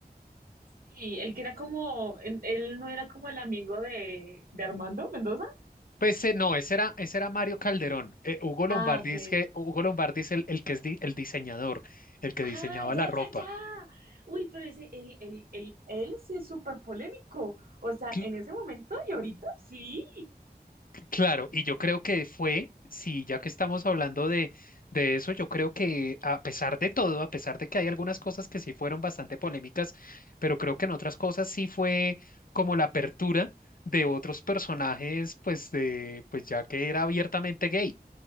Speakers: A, on the right (about 60°); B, on the left (about 60°).
A: Sí, el que era como, en- él no era como el amigo de, de Armando Mendoza.
B: Pues eh, no, ese era, ese era Mario Calderón. Eh, Hugo
A: Ah,
B: Lombardi
A: ok.
B: es que Hugo Lombardi es el, el que es di- el diseñador, el que
A: Ah,
B: diseñaba
A: ya,
B: la ropa.
A: ya, ya. Uy, pero ese, él, él, él, él sí es súper polémico. O sea,
B: Cl-
A: en ese momento y ahorita sí.
B: claro, y yo creo que fue, sí, ya que estamos hablando de, de eso, yo creo que a pesar de todo, a pesar de que hay algunas cosas que sí fueron bastante polémicas, pero creo que en otras cosas sí fue como la apertura de otros personajes, pues de, pues ya que era abiertamente gay.